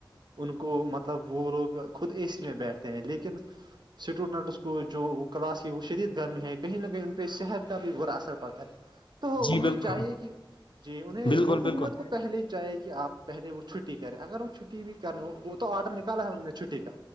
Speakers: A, on the right; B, on the left.
A: ان کو مطلب وہ لوگ خود اے سی میں بیٹھتے ہیں لیکن اسٹوڈنٹس کو جو کلاس ہے وہ شدید گرمی ہے کہیں نہ کہیں ان پہ صحت کا را اثر پڑتا ہے تو
B: جی
A: ان
B: بالکل
A: کو یہ چاہیے کہ جی انہیں
B: بالکل
A: گ حکومت
B: بالکل
A: کو پہلے ہی چاہے کہ آپ پہلے وہ چھٹی کریں اگر وہ چھٹی بھی کرنے وہ تو آرڈر نکالا ہے ان نے چھٹی کا